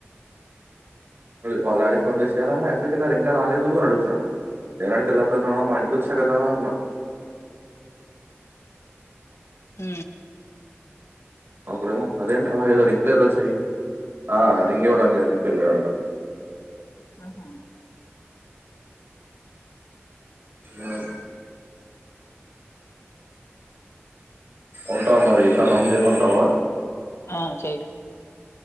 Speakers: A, on the right; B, on the left.
A: వాళ్ళ డాడీ ఫోన్ చేసిారా ఎక్కడికిళ్లారు ఇంకా రాలేదు అని అడుగుతున్నాడు నేనా అడికి వెళ్ళకపోయిన్నాన్న మా ఇంటికి వచ్చా కదా అన్నా
B: అ
A: అప్పుడమ అదేంట ఏదో రింగ్ ఏదోయి ఆ రింగ డంగద పల్గంట
B: ఆహా
A: అ ఉంటావు మరి ఈసారి నంద ఏమంటావా
B: ఆ చెయి